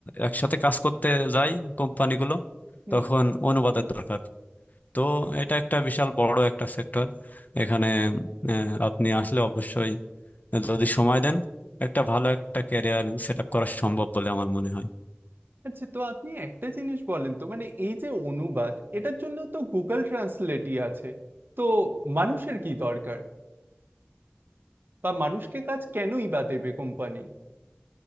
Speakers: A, on the left; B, on the right.
A: একসাথে কাজ করতে যায় কোম্পানিগুলো
B: হুম
A: তখন অনুবাদের দরকার তো এটা একটা বিশাল বড় একটা সেক্টর এখানে আহ, আপনি আসলে অবশ্যই যদি সময় দেন একটা ভালো একটা ক্যারিয়ার সেট আপ করা সম্ভব বলে আমার মনে হয়
B: আচ্ছা তো আপনি একটা জিনিস বলেন তো মানে এই যে অনুবাদ এটার জন্য তো গুগল ট্রান্সলেটই আছে তো মানুষের কি দরকার বা মানুষকে কাজ কেনই বা দেবে কোম্পানি